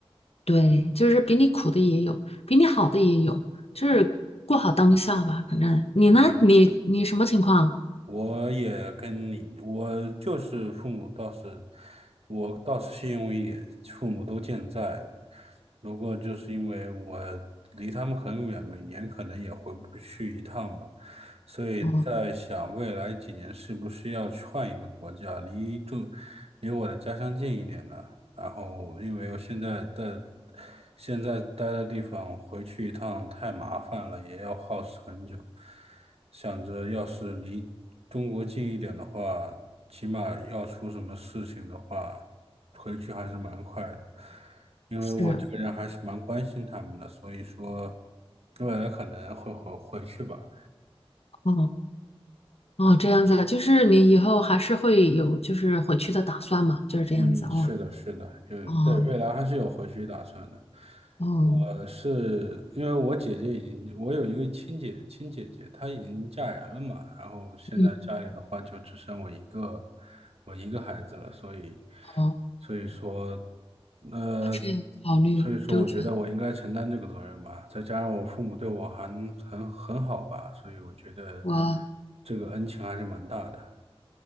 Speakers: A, on the left; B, on the right.
A: 对，就是比你苦的也有，比你好的也有，就是过好当下吧。反正你呢，
B: 对，
A: 你你什么情况？
B: 我也跟你，我就是父母倒是，我倒是信用一点，父母都健在。不过就是因为我离他们很远，每年可能也回不去一趟吧。所以在想未来几年是不是要去换一个国家，
A: 哦，
B: 离住离我的家乡近一点呢？然后因为我现在在现在待的地方回去一趟太麻烦了，也要耗时很久。想着要是离中国近一点的话，起码要出什么事情的话，回去还是蛮快的。因为我这个人还是蛮关心他们的，
A: 是。
B: 所以说未来可能会回回去吧。
A: 哦。哦，这样子啊，就是你以后还是会有就是回去的打算嘛，就是这样子哦，
B: 嗯，是的，是的，嗯，
A: 哦
B: 对，未来还是有回去打算的。
A: 哦，
B: 我是因为我姐姐已经，我有一个亲姐亲姐姐，她已经嫁人了嘛，然后现在家里的话就只剩我一个，
A: 嗯，
B: 我一个孩子了，所以，
A: 哦，
B: 所以说，呃，
A: 这样考虑周全，
B: 所以说我觉得我应该承担这个责任吧，再加上我父母对我还很很好吧，所以我觉得
A: 哇哦，
B: 这个恩情还是蛮大的。